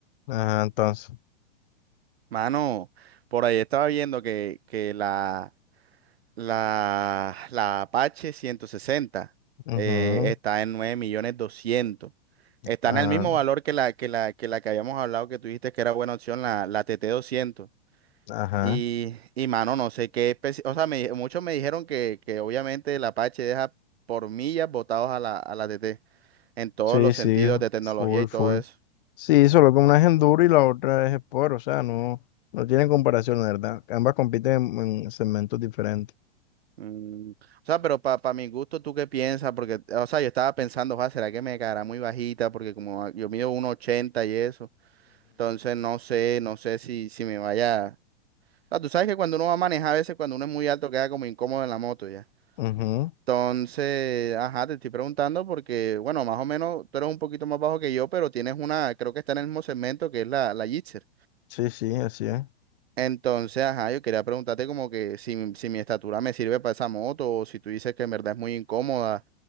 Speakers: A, on the left; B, on the right.
A: Ajá, entonces.
B: Mano, por ahí estaba viendo que, que la, la, la Apache 160
A: ujú,
B: eh, está en nueve millones doscientos Está
A: ah,
B: en el mismo valor que la que la que la que habíamos hablado que tú dijiste que era buena opción, la, la TT doscientos
A: ajá.
B: Y, y mano, no sé qué especie, o sea, me di- muchos me dijeron que, que obviamente el Apache deja por millas botados a la, a la TT en todos
A: Sí,
B: los
A: sí,
B: sentidos de tecnología
A: full,
B: y todo
A: full.
B: eso.
A: Sí, solo que una es enduro y la otra es sport, o sea, no, no tienen comparación, la verdad. Ambas compiten en, en segmentos diferentes.
B: Mm, O sea, pero para mi gusto, ¿tú qué piensas? Porque, o sea, yo estaba pensando, "Joa, ¿será que me caerá muy bajita? Porque como a- yo mido 1,80 y eso. Entonces, no sé, no sé si, si me vaya... O sea, tú sabes que cuando uno va a manejar, a veces cuando uno es muy alto queda como incómodo en la moto ya.
A: Ujú, ujú.
B: Entonces, ajá, te estoy preguntando porque, bueno, más o menos tú eres un poquito más bajo que yo, pero tienes una, creo que está en el mismo segmento que es la, la Gixxer.
A: Sí, sí, así es.
B: Entonces, ajá, yo quería preguntarte como que si, mi- si mi estatura me sirve para esa moto o si tú dices que en verdad es muy incómoda